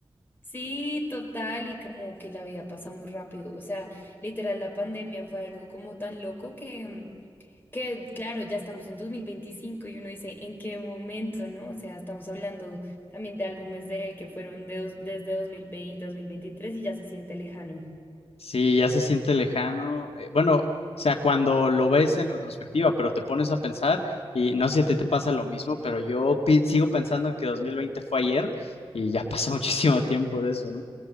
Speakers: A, on the left; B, on the left.
A: Sí, total, y como que la vida pasa muy rápido. O sea, literal, la pandemia fue algo como tan loco que, mm, que claro, ya estamos en 2025 y uno dice, ¿en qué momento, no? O sea, estamos hablando también de álbumes de él que fueron de dos- desde 2020, 2023 y ya se siente lejano.
B: Sí, ya se siente lejano. Eh, Bueno, o sea, cuando lo ves en retrospectiva, pero te pones a pensar y no sé si a ti te pasa lo mismo, pero yo pi- sigo pensando que 2020 fue ayer y ya pasó <laughs> muchísimo tiempo de eso, ¿no?